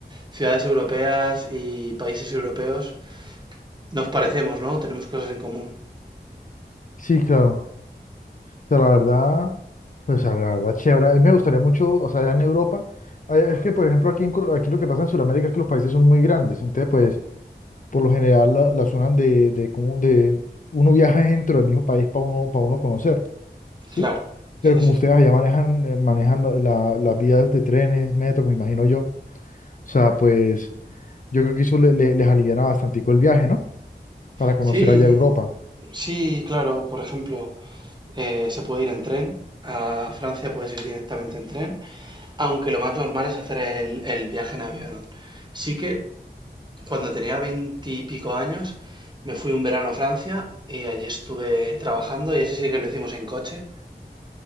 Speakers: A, on the right; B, on the left.
A: ciudades europeas y países europeos nos parecemos, ¿no? Tenemos cosas en común.
B: Sí, claro. sea, la verdad, pues a la verdad, chévere. A mí me gustaría mucho, o sea, allá en Europa, ah, es que, por ejemplo, aquí, en Col- aquí lo que pasa en Sudamérica es que los países son muy grandes, entonces, pues, por lo general, la- las zonas de, de, como de, uno viaja dentro del mismo país para uno, para uno conocer, ¿sí?
A: Claro, sí,
B: Pero como
A: sí.
B: ustedes allá manejan, eh, manejan la- la- las vías de trenes, metros, me imagino yo, o sea, pues, yo creo que eso le- le- les aliviana bastante el viaje, ¿no? Para conocer
A: Sí,
B: allá Europa.
A: sí, claro. Por ejemplo, eh, se puede ir en tren. A Francia puedes ir directamente en tren, aunque lo más normal es hacer el, el viaje en avión. Sí que cuando tenía veintipico años, me fui un verano a Francia y allí estuve trabajando y ese sí que lo hicimos en coche.